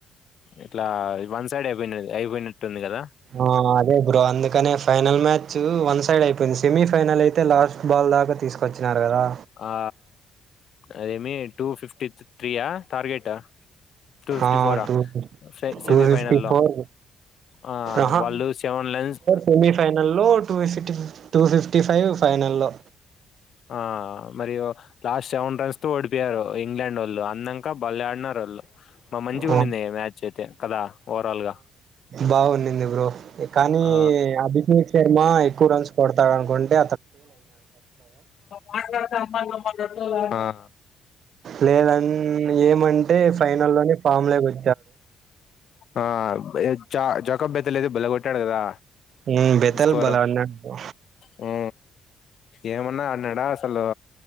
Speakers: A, on the left (about 60°); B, on the right (about 60°).
A: ఇట్లా వన్ సైడ్ అయిపోయింది, అది అయిపోయినట్టుంది కదా.
B: ఆ అదే బ్రో అందుకనే ఫైనల్ మ్యాచ్ వన్ సైడ్ అయిపోయింది, సెమీఫైనల్ అయితే లాస్ట్ బాల్ దాకా తీసుకొచ్చినారు కదా!
A: ఆ అదేమి టూ ఫిఫ్టీ త్రీయా టార్గెట్. టూ ఫిఫ్టీ
B: ఆ!
A: ఫోరా
B: టూ
A: సెమీఫైనల్లో
B: టూ ఫిఫ్టీ ఫోర్
A: ఆ
B: అహా!
A: వాళ్ళు సెవెన్ లెన్స్
B: సెమీఫైనల్‌లో, టూ ఫి <inaudible> టూ ఫిఫ్టీ ఫైవ్ ఫైనల్లో.
A: ఆ మరియు లాస్ట్ సెవెన్ రన్స్ తో ఓడిపోయారు ఇంగ్లాండ్ వొళ్ళు అందంక బలె ఆడినారు ఆళ్ళు. మా మంచిగా
B: ఆ!
A: ఉండింది మ్యాచ్ అయితే కదా ఓవరాల్ గా.
B: బాగుండింది బ్రో. కానీ
A: ఆ
B: అభిజీత్ శర్మ ఎక్కువ రన్స్ కొడ తాడనుకుంటే
A: మాట్లాడ అమ్మ అ
B: లేదన్ ఏమంటే ఫైనల్ లోనే ఫామ్ లోకి వ
A: ఆ <unintelligible> జా జాకబ్ బెత్లేలేదు బలె కొట్టాడు కదా.
B: హ్మ్. బెతల్
A: స్కోరు
B: బల అన్నాడు.
A: హు ఏమన్నా ఆడినాడా. హలో